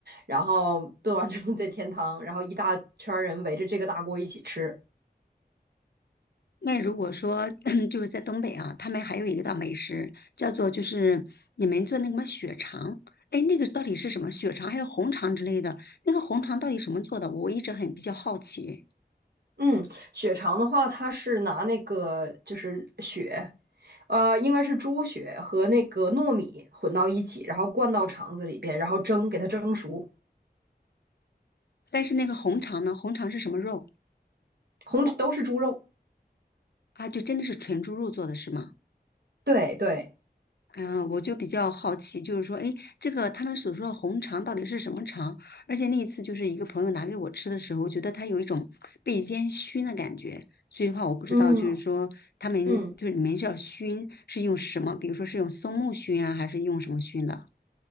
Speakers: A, on the right; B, on the left.
A: 然后炖完之后再添汤，然后一大圈人围着这个大锅一起吃。
B: 那如果说 <clears throat> 就是在东北啊，他们还有一个道美食叫做就是你们做那个什么血肠，哎，那个到底是什么血肠还有红肠之类的？那个红肠到底什么做的？我一直很比较好奇。
A: 嗯，血肠的话，它是拿那个就是血，呃，应该是猪血和那个糯米混到一起，然后灌到肠子里边，然后蒸，给它蒸熟，
B: 但是那个红肠呢，红肠是什么肉
A: 红都是猪肉。
B: 啊？就真的是纯猪肉做的是吗？
A: 对对，
B: 嗯，我就比较好奇，就是说，哎，这个他们所说的红肠到底是什么肠？而且那一次就是一个朋友拿给我吃的时候，我觉得它有一种被烟熏的感觉，所以的话我不知道，
A: 嗯
B: 就是说他们就是你们叫熏是用什么？
A: 嗯，
B: 比如说是用松木熏啊，还是用什么熏的？